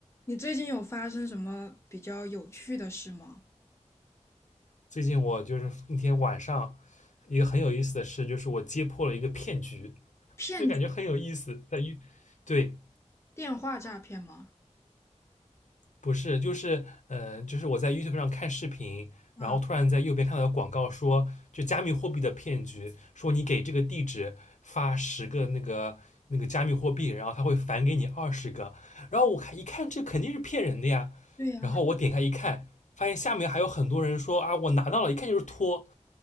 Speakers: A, on the left; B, on the left.
A: 你最近有发生什么比较有趣的事吗？
B: 最近我就是那天晚上一个很有意思的事，就是我揭破了一个骗局，
A: 骗局
B: 就感觉很有意思。在于对
A: 电话诈骗吗？
B: 不是，就是嗯、呃就是我在 YouTube 上看视频，
A: 啊，
B: 然后突然在右边看到有广告说，就加密货币的骗局，说你给这个地址发十个那个那个加密货币，然后他会返给你二十个。然后我看一看，这肯定是骗人的呀。
A: 对呀，
B: 然后我点开一看，发现下面还有很多人说啊，我拿到了，一看就是托。